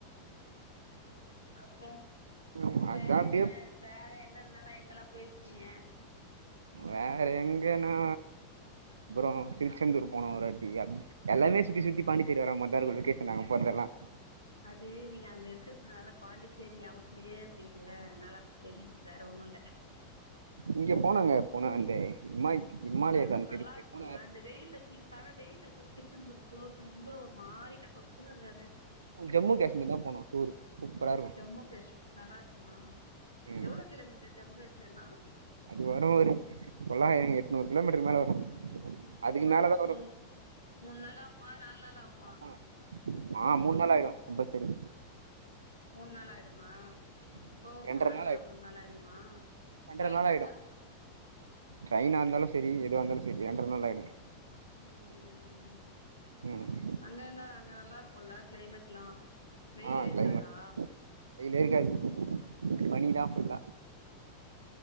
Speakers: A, on the left; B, on the right.
A: அப்றோ
B: ம்
A: வேற
B: அதா அப்டியே
A: என்ன வேற என்னென்னலா எங்கலா போயிருக்கீங்க
B: வேற எங்கெனா அப்றோ திருச்செந்தூர் போனோ ஒரு வாட்டி அப் எல்லாமே சுத்தி சுத்தி பாண்டிச்சேரி வர மார்தா இருக்கு லொக்கேஷன் நாங்க போறதெல்லா
A: அது நீங்க அங்க இருக்கிறதுனால பாண்டிச்சேரி நியாபக அப்டியே இருக்றீங்கல்ல அதுனால அப்டி தெரியுது வேற ஒண்ணு இல்ல
B: இங்க போனோங்க போனோ அந்த இமாய் இமாலயஸ்
A: திருச்செந்தூர்
B: அந்த
A: நல்லா
B: சைடு
A: இருக்குல்ல
B: போன
A: வெயில்ல சுளுக்கா ஆனா வெயில் திருச்செந்தூர் போறது ரொம்ப ஒரு மாரி கசகசன்னு இருக்காது
B: ஜம்மு காஷ்மீர் தா போனு டூர்க்கு சூப்பரா இருக்கூ
A: ஜம்மு காஷ் நல்லா இருக்குமா
B: ம்
A: எவ்ளோ கிலோ மீட்டர் ஜம்மு காஷ்மீர்லா
B: அது வரு ஒரு தொள்ளாயிரோ எட்நூறு கிலோ மீட்டர் மேல வரு அதுக்கு
A: எப்பா
B: மேலதா
A: மூன்
B: வரு
A: மூணு நாள் ஆவுமா நாலு நாள் ஆவுமா
B: ஆமா ஆ மூணு நாள் ஆயிடு கம்பல்சரி
A: மூணு நாள் ஆயிடுமா போவ
B: ரெண்டர
A: மூணு நாள் வர
B: ஆயிடு
A: மூணு நாள் ஆயிடுமா
B: ரெண்டர
A: ட்ரெயினா
B: நாள் ஆயிடு
A: இருந்தா
B: ட்ரெயினா இருந்தாலு சரி எதுவா இருந்தாலு சரி ரெண்டரை நாள் ஆயிடு
A: ம் ம் ம்
B: ம் ம்
A: அங்க என்ன அங்க நல்லா இருக்கோல்ல கிளைமேட்லா வெயிலே
B: ஆ
A: இருக்காதா
B: கிளைமேட் வெயிலே இருக்காது பனிதா ஃபுல்லா
A: ஆ